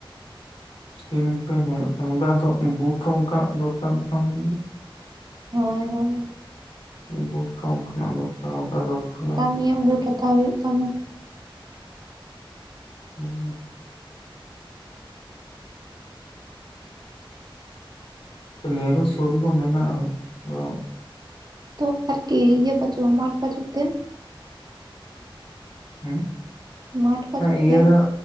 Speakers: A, on the left; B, on the right.
A: ᱥᱤᱢᱴᱚᱢ ᱦᱩᱭᱩᱜ ᱠᱟᱱᱟ ᱵᱟ ᱟᱫᱚ ᱵᱩᱴ ᱦᱚᱸ ᱚᱱᱠᱟ ᱫᱚᱨᱠᱟᱨ ᱠᱟᱱ ᱜᱮᱭᱟ
B: ᱦᱳᱭ ᱦᱳᱭ
A: ᱵᱩᱴ ᱦᱚᱸ ᱚᱱᱠᱟᱱᱟᱜ ᱫᱚᱨᱠᱟᱨ ᱵᱟᱠᱷᱟᱡ ᱫᱚ <unintelligible>
B: ᱱᱤᱭᱟᱹ ᱵᱩᱴ ᱦᱟᱛᱟᱣ ᱦᱩᱭᱩᱜ ᱛᱟᱢᱟ
A: ᱦᱩᱸᱩᱸ ᱱᱮᱨᱳ ᱥᱩᱴ ᱫᱚ ᱢᱮᱱᱟᱜ-ᱟ ᱟᱫᱚ
B: ᱛᱚ ᱟᱨᱠᱤ ᱤᱭᱟᱹ ᱯᱟᱹᱪᱩᱜ ᱢᱟᱴᱷ ᱯᱟᱹᱪᱩᱜ ᱛᱮ
A: ᱦᱮᱸ
B: ᱢᱟᱴᱷ ᱯᱟᱹᱪᱩᱜ
A: ᱤᱭᱟᱹ
B: ᱛᱮ
A: ᱟᱨ